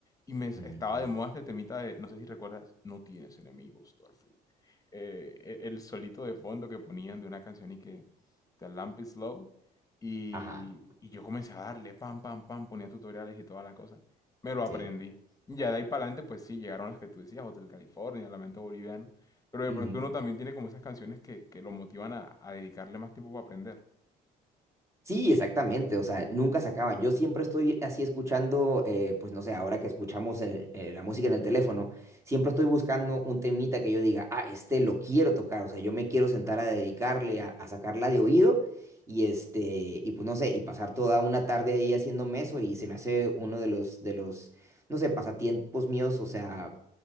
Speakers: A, on the left; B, on the right.
A: y me s-
B: Ujú.
A: estaba de moda este temita de, no sé si recuerdas, no tienes enemigos, Thorfinn. Eh, e- el solito de fondo que ponían de una canción y que The Lamp is Low. Y,
B: Ajá,
A: y yo comencé a darle, pam, pam, pam, ponía tutoriales y toda la cosa. Me lo aprendí.
B: sí.
A: Y ya de ahí para adelante, pues sí, llegaron las que tú decías, Hotel California, Lamento Boliviano. Pero de
B: Ujú.
A: pronto uno también tiene como esas canciones que, que lo motivan a, a dedicarle más tiempo para aprender.
B: Sí, exactamente, o sea, nunca se acaban. Yo siempre estoy así escuchando, eh, pues no sé, ahora que escuchamos el- eh, la música en el teléfono, siempre estoy buscando un temita que yo diga, ah, este lo quiero tocar, o sea, yo me quiero sentar a dedicarle, a, a sacarla de oído y este, y pues no sé, y pasar toda una tarde ahí haciéndome eso y se me hace uno de los, de los, no sé, pasatiempos míos, o sea,